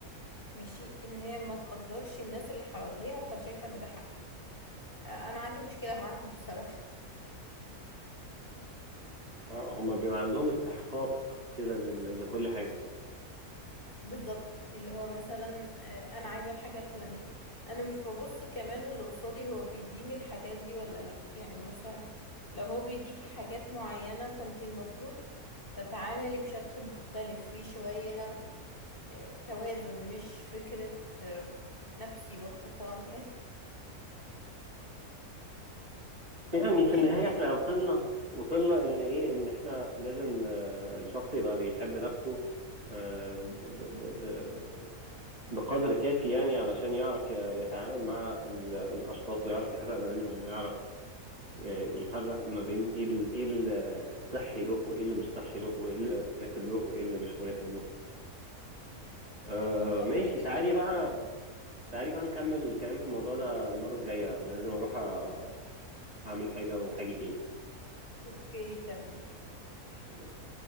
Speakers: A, on the left; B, on the right.
A: ماشي ان هي ما تقدرش الناس اللي حواليها فشايفة ان ده حقها أه، انا عندي مشكلة معاهم بصراحة
B: اه هما بيبقى عندهم استحقاق كده لل- لكل حاجة
A: بالظبط اللي هو مثلا آه، انا عايزه الحاجه الفلانيه انا مش ببص كمان اللي قصادي هو بيديني الحاجات دي ولا لا يعني مثلا لو هو بيديكي حاجات معينه فانتي المفروض تتعاملي بشكل مختلف فيه شويه آه، توازن مش فكره آه، نفسي والطوفان يعني
B: يعني في النهاية
A: <laughs> انت إيه؟
B: احنا وصلنا وصلنا ان ايه ان احنا لازم آه، الشخص يبقى بيحب نفسه آه، ب- ب- ب- بقدر كافي يعني علشان يعرف ي- يتعامل مع ال- الاشخاص ويعرف يفرق ما بينهم ويعرف آه، يفرق ما بين ايه ال- ايه الصحي له وايه اللي مش صحي له وايه اللي مناسب له وايه اللي مش مناسب له آه،
A: متفقه
B: ماشي تعالي
A: جدا بصراحه
B: بقى تعالي بقى نكمل الكلام في الموضوع ده المرة الجاية انا لازم اروح أ- اعمل حاجة وحاجة
A: اوكي تمام
B: تاني